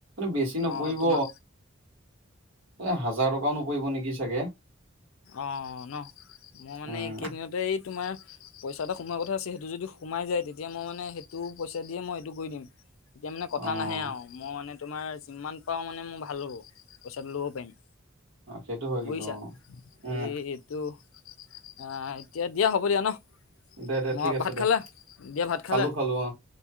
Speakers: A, on the right (about 70°); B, on the left (about 80°).
A: কি বেছি নপৰিব
B: অঁ তোমাৰ
A: এ হাজাৰ টকাও নপৰিব নেকি চাগে
B: অ ন মই মানে
A: উম
B: এই কেইদিনতে এই তোমাৰ পইচা এটা সোমোৱাৰ কথা আছে সেইটো যদি সোমাই যায় তেতিয়া মই মানে সেইটো পইচা দিয়ে মই এইটো কৰি দিম তেতিয়া মানে কথা
A: অ
B: নাহে আৰু মই মানে তোমাৰ যিমান পাও মানে মোৰ ভাল হ'ব পইচাটো ল'ব পাৰিম
A: অ সেইটো হয়
B: বুজিছা
A: কিন্তু অ উম
B: এই এইটো আহ এতিয়া দিয়া হ'ব দিয়া ন
A: দে দে
B: মই
A: ঠিক আছে
B: ভাত
A: দে
B: খালে দিয়া ভাত খালে
A: খালো খালো অ